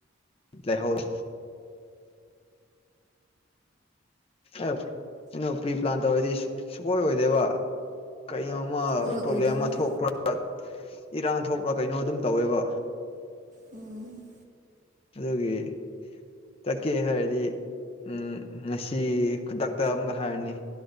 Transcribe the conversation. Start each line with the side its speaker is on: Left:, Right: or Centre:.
Left: ꯂꯍꯣꯔ ꯑꯦ ꯀꯩꯅꯣ ꯄ꯭ꯔꯤ ꯄ꯭ꯂꯥꯟ ꯇꯧꯋꯦꯗꯤ ꯁꯨꯡꯄꯣꯏ ꯑꯣꯏꯗꯦꯕ ꯀꯩꯅꯣꯝꯃ
Right: ꯍꯣꯏ ꯑꯣꯏꯗꯕꯅꯦ
Left: ꯄ꯭ꯔꯣꯕ꯭ꯂꯦꯝ ꯑꯃ ꯊꯣꯛꯄ꯭ꯔꯥ ꯏꯔꯥꯡ ꯊꯣꯛꯄ꯭ꯔꯥ ꯀꯩꯅꯣ ꯑꯗꯨꯝ ꯇꯧꯋꯦꯕ
Right: ꯎꯝ
Left: ꯑꯗꯨꯒꯤ ꯇꯛꯀꯦ ꯍꯥꯏꯔꯗꯤ ꯎꯝ ꯉꯁꯤ ꯈꯨꯗꯛꯇ ꯑꯃꯒ ꯍꯥꯏꯔꯅꯤ